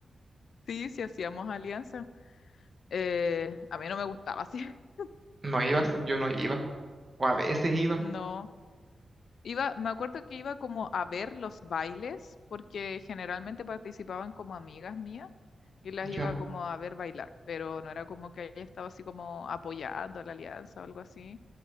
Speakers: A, on the left; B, on the right.
A: Sí, sí hacíamos alianza. Eh, a mí no me gustaba así. <laughs>
B: No ibas, yo no iba. O a veces iba.
A: No. Iba, me acuerdo que iba como a ver los bailes, porque generalmente participaban como amigas mías y las iba
B: Ya.
A: como a ver bailar, pero no era como que ella estaba así como apoyando la alianza o algo así.